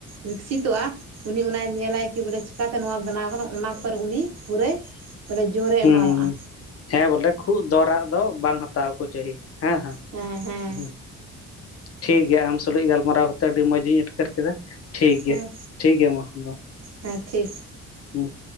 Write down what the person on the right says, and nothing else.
ᱣᱤᱠᱥᱤᱛᱚᱜᱼᱟ᱾ ᱩᱱᱤ ᱚᱱᱟᱭ ᱧᱮᱞᱟᱭ ᱠᱤ ᱵᱚᱞᱮ ᱪᱤᱠᱟᱛᱮ ᱱᱚᱣᱟ ᱵᱮᱱᱟᱣ ᱠᱟᱱᱟ ᱚᱱᱟ ᱯᱚᱨ ᱩᱱᱤ ᱯᱩᱨᱟᱹᱭ ᱵᱚᱞᱮ ᱡᱳᱨᱮ
ᱮᱢᱟᱣᱟᱜᱼᱟ᱾
ᱦᱮᱸ ᱦᱮᱸ᱾
ᱦᱮᱸ
ᱦᱮᱸ ᱴᱷᱤᱠ᱾